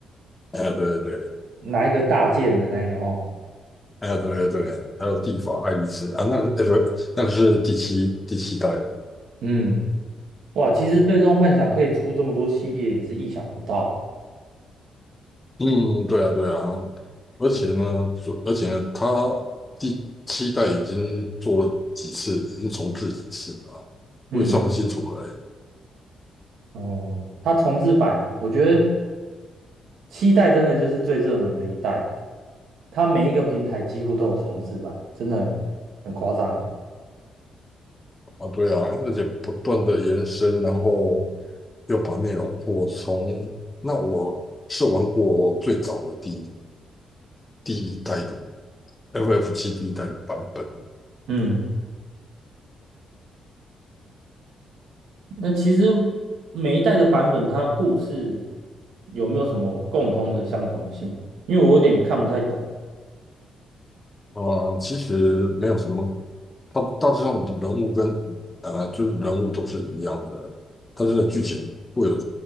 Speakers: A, on the left; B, on the right.
A: 哎，对对对，
B: 拿一个大剑的那个哦。
A: 哎，对对对，还有《地法爱丽丝》啊，那个那个那个是第七第七代的，
B: 嗯，哇，其实《最终幻想》可以出这么多系列，也是意想不到。
A: 嗯，对啊对啊，而且呢，
B: 嗯
A: 主而且呢，它第七代已经做了几次，已经重置几次了啊我也算不清楚了欸，
B: 嗯，哦，它重置版，我觉得七代真的就是最热门的一代，它每一个平台几乎都有重置版，真的很很夸张。
A: 啊，对啊，而且不断的延伸，然后。又把内容扩充。那我是玩过最早的第一第一代的 FF 七第一代的版本，
B: 嗯，那其实每一代的版本，它故事有没有什么共通的相同性？因为我有点看不太懂。
A: 啊、呃其实没有什么，它大致上人物跟呃就是人物都是一样的，但是剧情会有